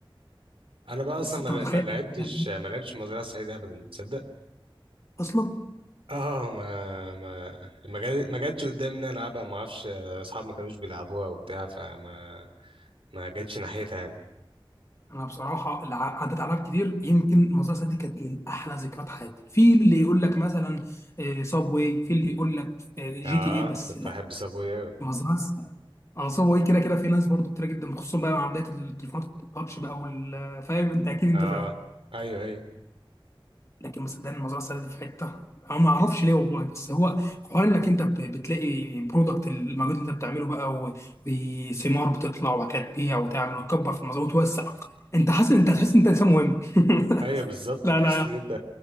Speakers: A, on the right (about 85°); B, on the left (about 30°).
A: انا بقى اصلا
B: بس انت
A: ما ل-
B: متخيل
A: ما لعبتش
B: أنا
A: ما لعبتش المزرعه السعيده ابدا تصدق
B: اصلا
A: اه ما ما ما جات- ما جاتش قدامي ان أنا العبها ما اعرفش اصحابي ما كانوش بيلعبوها وبتاع فما ما جاتش ناحيتها يعني
B: انا بصراحه اللي ع- عدت عليها كتير يمكن المزرعه دي كانت من احلى ذكريات حياتي في اللي يقول لك مثلا صاب واي في اللي يقول لك جي
A: اه
B: تي اي بس
A: كنت
B: لا
A: بحب صابوي قوي
B: مزرعه اه صاب واي كده كده في ناس برضو كتير جدا خصوصا بقى مع بدايه التليفونات التاتش بقى وال- فاهم انت اكيد انت
A: اه
B: فاهم
A: ايوه ايوه
B: لكن مصدقني المزرعه السعيده دي في حته انا ما اعرفش ليه والله بس هو حوار انك انت بت- بتلاقي برودكت المجهود اللي انت بتعمله بقى و- وثمار بتطلع وبعد كده تبيع وتعمل وتكبر في المزرعه وتوسع انت حاسس انت هتحس ان انت انسان مهم <laughs>
A: ايوه بالظبط
B: لا
A: تحس
B: لا
A: ان انت